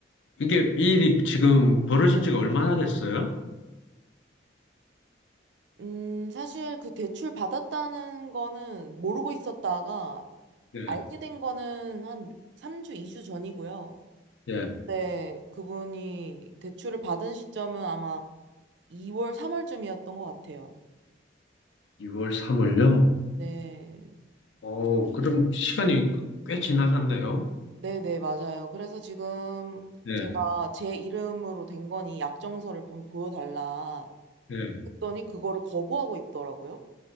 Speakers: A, on the left (about 80°); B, on the right (about 65°).
A: 이게, 이 일이 지금 벌어진 지가 얼마나 됐어요?
B: 음, 사실 그 대출 받았다는 거는 모르고 있었다가
A: 예,
B: 알게 된 거는 한 3주, 2주 전이고요.
A: 예.
B: 네, 그분이 대출을 받은 시점은 아마 2월, 3월쯤이었던 것 같아요.
A: 2월, 3월요?
B: 네.
A: 어, 그럼 시간이 꽤 지나갔네요.
B: 네네, 맞아요. 그래서 지금
A: 예,
B: 제가 제 이름으로 된 거니 약정서를 좀 보여달라
A: 예.
B: 했더니 그거를 거부하고 있더라고요.